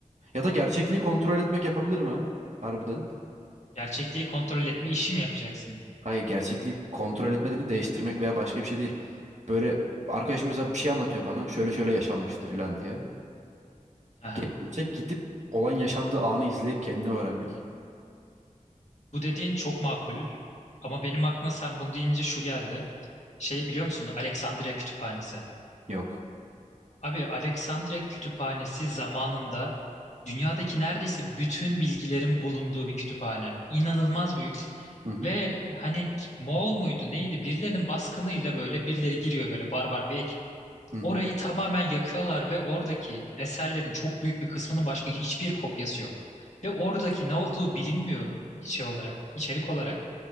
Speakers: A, on the right; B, on the left.
A: Ya da gerçekliği kontrol etmek yapabilirim ha harbiden.
B: Gerçekliği kontrol etme işi mi yapacaksın?
A: Hayır gerçekliği kontrol etme dedim değiştirmek veya başka bir şey değil. Böyle arkadaşım mesela bir şey anlatıyor bana şöyle şöyle yaşanmıştı falan diye.
B: Aha.
A: Geçmişe gidip olan yaşandığı anı izleyip kendimi öğrenmek.
B: Bu dediğin çok makul. Ama benim aklıma sen bunu deyince şu geldi. Şey biliyor musun? Alexandria Kütüphanesi.
A: Yok.
B: Abi Alexandria Kütüphanesi zamanında dünyadaki neredeyse bütün bilgilerin bulunduğu bir kütüphane. İnanılmaz büyük.
A: Hı hı.
B: Ve hani Moğol muydu neydi? Birilerinin baskınıyla böyle birileri giriyor böyle barbar bir
A: Hı hı.
B: Orayı tamamen yakıyorlar ve oradaki eserlerin çok büyük bir kısmının başka hiçbir kopyası yok. Ve oradaki ne olduğu bilinmiyor şey olarak, içerik olarak